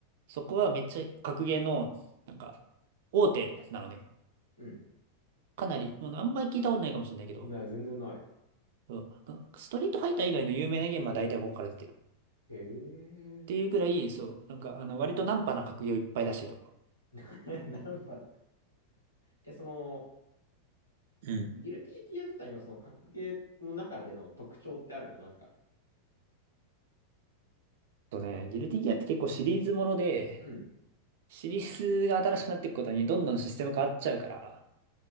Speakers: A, on the right (about 55°); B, on the left (about 85°).
A: そこはめっちゃ格ゲーの、なんか、大手なのね。
B: うん。
A: かなり、もうあんまり聞いたことないかもしれないけど、
B: ない、全然ない。
A: そうなんかストリートファイター以外の有名なゲームは大体ここから出てる。っ
B: へえ。
A: ていうぐらい、そう、なんか、あの、割とナンパな格ゲーをいっぱい出してるとこ。
B: <laughs> 何番え、その、
A: うん。
B: ギルティギア自体のその格ゲーの中での特徴ってあるのなんか、
A: とね、
B: た、
A: ギルティギアって結構シリーズもので、
B: うん。
A: シリーズが新しくなっていくことにどんどんシステム変わっちゃうから、